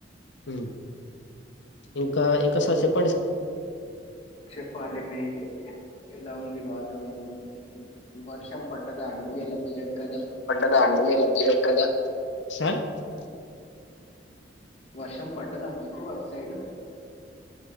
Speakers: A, on the left; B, on the left.
A: మ్ ఇంకా ఇంకా సార్ చెప్
B: చెప్పాలి మీరే ఎలా ఉంది వాతావరణం వర్షం పడ్డదా అండి ఇయాల జిరగ్ గదా
A: అ
B: వర్షం పడ్డదా మీకు అట్ సైడ్